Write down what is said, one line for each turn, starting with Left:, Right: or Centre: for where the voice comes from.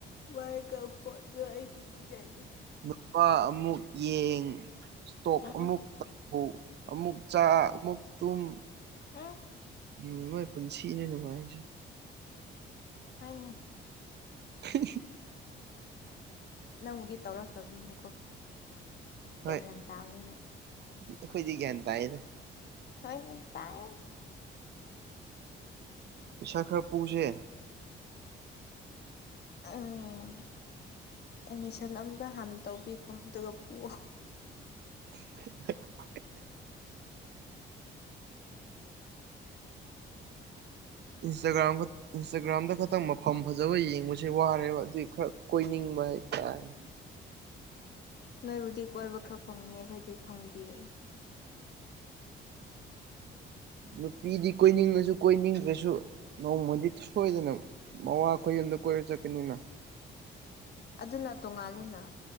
Left: ꯋꯥꯏ ꯀ <unintelligible> ꯑꯩ ꯇꯨꯝꯅꯤꯡ <unintelligible>
Right: ꯅꯨꯄꯥ ꯑꯃꯨꯛ ꯌꯦꯡ ꯁ꯭ꯇꯣꯛ
Left: ꯎꯝ
Right: ꯑꯃꯨꯛ
Left: ꯎꯝ
Right: ꯑꯣ ꯑꯃꯨꯛ ꯆꯥ ꯑꯃꯨꯛ ꯇꯨꯝ
Left: ꯑ
Right: ꯎꯝ ꯃꯣꯏ ꯄꯨꯟꯁꯤꯁꯦ ꯅꯨꯡꯉꯥꯏꯈ꯭ꯔꯦ
Left: <unintelligible>
Right: <inaudible>
Left: ꯅꯪꯕꯨꯗꯤ ꯇꯧꯔꯛꯇꯕꯅꯤꯅꯀꯣ ꯀꯌꯥ
Right: ꯍꯣꯏ
Left: ꯌꯥꯝ ꯇꯥꯟꯅꯤꯅ
Right: ꯑꯩꯈꯣꯏꯗꯤ ꯒ꯭ꯌꯥꯟ ꯇꯥꯏꯌꯦꯗ꯫
Left: ꯍ ꯌꯥꯝ ꯇꯥꯏꯌꯦꯅꯤ꯫
Right: ꯄꯩꯁꯥ ꯈꯔ ꯄꯨꯁꯦ꯫
Left: ꯎꯝ ꯑꯦꯠꯃꯤꯁꯟ ꯑꯝꯇ ꯍꯥꯟꯅ ꯇꯧꯕꯤꯈꯣ ꯑꯗꯨꯒ ꯄꯑꯣ꯫
Right: <inaudible> ꯏꯟꯁ꯭ꯇꯥꯒ꯭ꯔꯥꯝꯒ, ꯏꯟꯁ꯭ꯇꯥꯒ꯭ꯔꯥꯝꯗꯒ ꯈꯛꯇꯪ ꯃꯐꯝ ꯐꯖꯕ ꯌꯦꯡꯕꯁꯦ ꯋꯥꯔꯦꯕ ꯑꯗꯨꯏ ꯈꯔ ꯀꯣꯏꯅꯤꯡꯕ ꯍꯥꯏꯇꯥꯔꯦ꯫
Left: ꯅꯣꯏꯕꯨꯗꯤ ꯀꯣꯏꯕ ꯈꯔ ꯐꯪꯉ ꯑꯩꯈꯣꯏꯗꯤ ꯐꯪꯗꯦꯌꯦ꯫
Right: ꯅꯨꯄꯤꯗꯤ ꯀꯣꯏꯅꯤꯡꯉꯁꯨ ꯀꯣꯏꯅꯤꯡꯗ꯭ꯔꯁꯨ ꯅꯣꯡꯃꯗꯤ ꯁꯣꯏꯗꯅ ꯃꯋꯥ ꯀꯣꯏ ꯌꯨꯝꯗ ꯀꯣꯏꯔ ꯆꯠꯀꯅꯤꯅ꯫
Left: ꯑꯗꯨꯅ ꯇꯣꯡꯉꯥꯜꯂꯦꯅ꯫